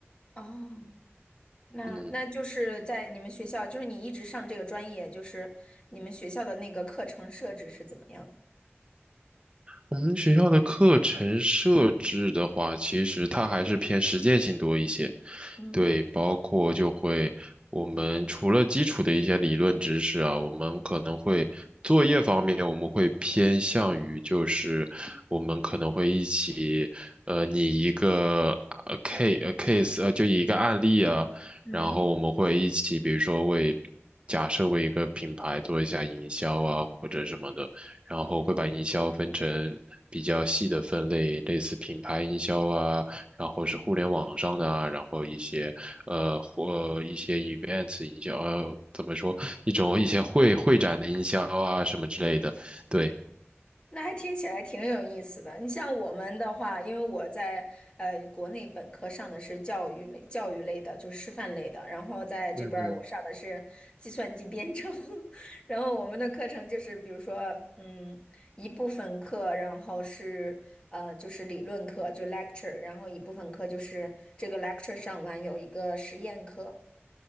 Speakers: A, on the left; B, on the right.
A: 哦，那那就是在你们学校，
B: 嗯。
A: 就是你一直上这个专业，就是你们学校的那个课程设置是怎么样的？
B: 我们学校的课程设置的话，其实它还是偏实践性多一些。
A: 嗯。
B: 对，包括就会我们除了基础的一些理论知识啊，我们可能会作业方面，我们会偏向于就是我们可能会一起，呃，拟一个呃 c 呃 case 呃就一个案例啊，
A: 嗯。
B: 然后我们会一起，比如说为假设为一个品牌做一下营销啊或者什么的。然后会把营销分成比较细的分类，类似品牌营销啊，然后是互联网上的啊，然后一些呃或呃一些 events 营销，呃，怎么说一种一些会会展的营销啊什么之类的，对，
A: 那还听起来挺有意思的。你像我们的话，因为我在呃国内本科上的是教育类、教育类的，就是师范类的，然后在这边儿我上的是计算机编程，
B: 嗯哼，
A: <laughs> 然后我们的课程就是比如说，嗯，一部分课，然后是呃就是理论课，就 lecture，然后一部分课就是这个 lecture 上完有一个实验课